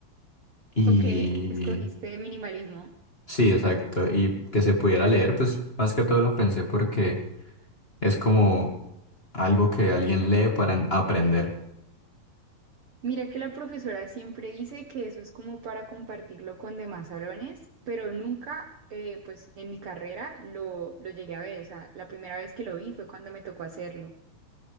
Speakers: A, on the left (about 20°); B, on the right (about 60°).
A: y
B: Ok, escogiste minimalismo.
A: sí, exacto, y que se pudiera leer, pues más que todo lo pensé porque es como algo que alguien lee para en- aprender.
B: Mira que la profesora siempre dice que eso es como para compartirlo con demás salones, pero nunca, eh, pues en mi carrera lo, lo llegué a ver. O sea, la primera vez que lo vi fue cuando me tocó hacerlo.